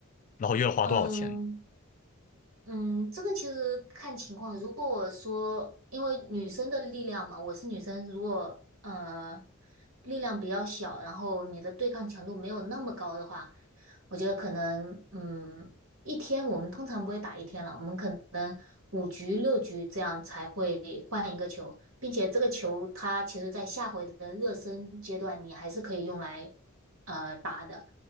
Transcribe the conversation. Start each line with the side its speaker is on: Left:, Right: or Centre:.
Left: 然后又要花多少钱？
Right: 嗯，嗯，这个其实看情况。如果我说，因为女生的力量嘛，我是女生，如果呃力量比较小，然后你的对抗强度没有那么高的话，我觉得可能嗯一天我们通常不会打一天了，我们可能五局六局这样才会换一个球，并且这个球它其实在下回的热身阶段你还是可以用来呃打的。